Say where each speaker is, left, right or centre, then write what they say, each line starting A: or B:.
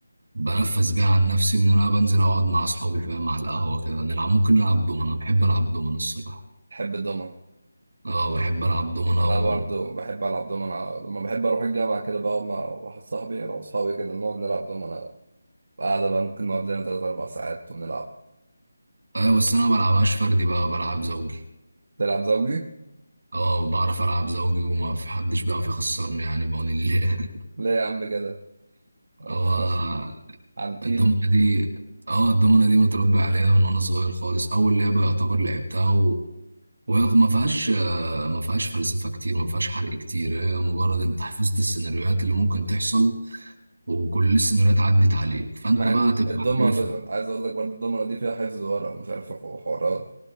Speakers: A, on the right; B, on the right.
A: بنفس بيها عن نفسي ان انا بنزل اقعد مع اصحابي فاهم على القهوه كده نلعب ممكن نلعب دومنه بحب العب دومنه الصراحه
B: بحب الدومنة
A: اه بحب العب دومنه
B: انا
A: و...
B: برضو بحب العب دومنة لما بحب اروح الجامعه كده بقعد مع واحد صاحبي انا واصحابي كده نقعد نلعب دومنة قاعده بقى ممكن نقعد لنا تلات اربع ساعات ونلعب
A: آه بس انا ما بلعبهاش فردي بقى بلعب زوجي
B: تلعب زوجي
A: اه بعرف العب زوجي وما في حدش بيعرف يخسرني يعني بعون الله
B: ليه يا عم كده <laughs>
A: <laughs> هو
B: عنتيل
A: الدومنه دي اه الدومنة دي متربي عليها من وانا صغير خالص اول لعبة يعتبر لعبتها وهي ما فيهاش آه، ما فيهاش فلسفة كتير ما فيهاش حرق كتير هي مجرد انت حفظت السيناريوهات اللي ممكن تحصل وكل السيناريوهات عدت عليك فانت
B: مع
A: بقى
B: ان
A: تبقى
B: الدومنة
A: عارف
B: ده عايز اقول لك برضو الدومنة دي فيها حفظ ورق ومش عارف حوارات